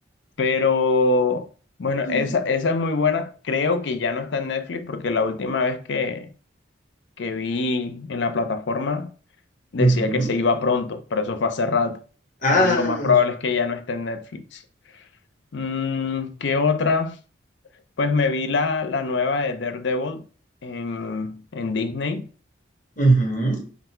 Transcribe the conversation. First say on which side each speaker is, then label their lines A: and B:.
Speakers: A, on the left; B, on the left.
A: Pero bueno,
B: Sí.
A: esa, esa es muy buena. Creo que ya no está en Netflix porque la última vez que, que vi en la plataforma decía
B: Ujú.
A: que se iba pronto, pero eso fue hace rato.
B: Ah,
A: Entonces lo más probable es que ya no esté en Netflix. Mm, ¿qué otra? Pues me vi la, la nueva de Daredevil en, en Disney,
B: ujú.